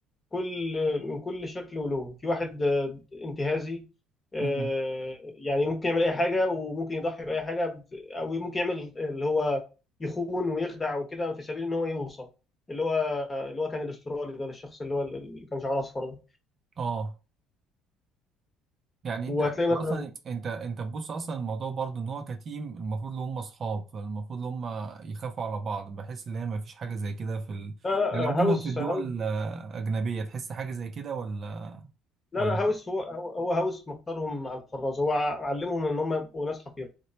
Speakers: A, on the left (about 20°); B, on the right (about 40°).
A: كل من كل شكل ولون في واحد آه، انتهازي آه،
B: مم.
A: يعني ممكن يعمل اي حاجه وممكن يضحي باي حاجه ب- او ممكن يعمل اللي هو يخون ويخدع وكده في سبيل ان هو يوصل اللي هو اللي هو كان الاسترالي ده الشخص اللي هو اللي كان شعره اصفر ده
B: اه يعني
A: وهتلاقي
B: انت أنت
A: مثلا
B: اصلا انت انت تبص اصلا الموضوع برضو ان هو كتيم المفروض ان هم اصحاب فالمفروض ان هم يخافوا على بعض بحس ان هي ما فيش حاجة زي كده في ال...
A: لا لا
B: يعني عموما
A: هاوس
B: في الدول
A: هاوس
B: آه، اجنبية تحس حاجة زي كده ولا
A: لا
B: ولا
A: لا هاوس هو هو هو هاوس مختارهم على الفراز هو ع- علمهم ان هم يبقوا ناس حقيره